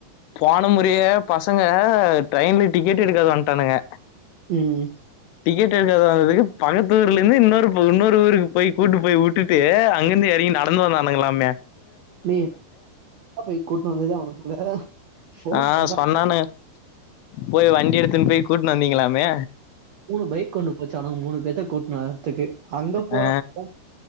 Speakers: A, on the left; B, on the right.
A: போன முறையே பசங்க ட்ரெயின்ல டிக்கெட் எடுக்கத வந்துட்டானுங்க
B: உம்
A: டிக்கெட் எடுக்கதாவது பக்கத்து ஊர்ல இருந்து இன்னொரு இன்னொரு ஊருக்கு போய் கூட்டு போய் விட்டுட்டு அங்கிருந்து இறங்கி நடந்து வந்தானுங்களலாமே
B: ஏ போய் கூட்டிட்டு வந்துதே உனக்குங்க போன்
A: ஆஹ்
B: பண்ற
A: சொன்னானு போய் வண்டி எடுத்துன்னு போய் கூட்னு வந்தீங்களாமே
B: மூணு பைக் கொண்டு போச்சுனங்க மூணு பேத்த கூப்டுவர த்துக்கு அங்க போலாம்
A: ஆ